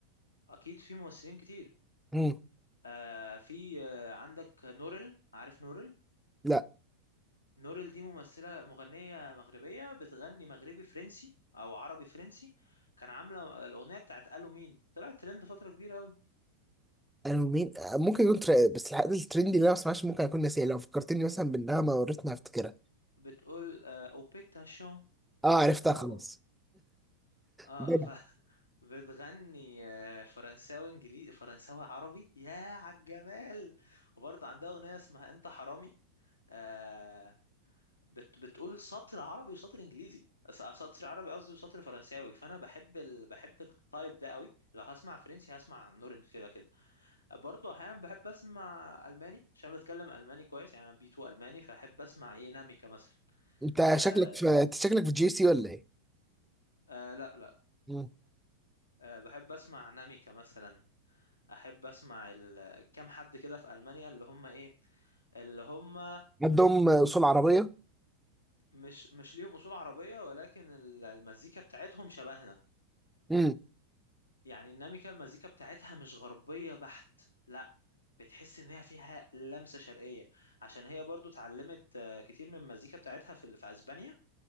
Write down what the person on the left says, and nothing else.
اكيد في ممثلين كتير
آه في آه عندك نورل عارف نورل
نورل دي ممثله مغنيه مغربيه بتغني مغربي فرنسي او عربي فرنسي كان عامله الاغنيه بتاعت الو مين طلعت ترند فتره كبيره قوي
بتقول آه اوبيتا شو آه،
او
اه
ف <laughs> بتغني آه، فرنساوي انجليزي فرنساوي عربي يا عالجمال وبرضه عندها اغنيه اسمها انت حرامي آه بت بتقول سطر عربي وسطر انجليزي س- سطر عربي قصدي وسطر فرنساوي فانا بحب ال... بحب التايب ده قوي لو هسمع فرنسي هسمع نورن كده كده آه، برضه احيانا بحب اسمع الماني عشان بتكلم الماني كويس يعني أنا بي 2 الماني فاحب اسمع ايه ناميكا مثلا
آه
آه لا لا
آه بحب اسمع ناميكا مثلا احب اسمع ال... كام حد كده في المانيا اللي هم ايه اللي هم
مش مش ليهم اصول عربيه ولكن ال- المزيكا بتاعتهم شبهنا
يعني الناميكا المزيكا بتاعتها مش غربيه بحت لا بتحس ان هي فيها لمسه شرقيه عشان هي برضو اتعلمت آه، كتير من المزيكا بتاعتها في ال- في اسبانيا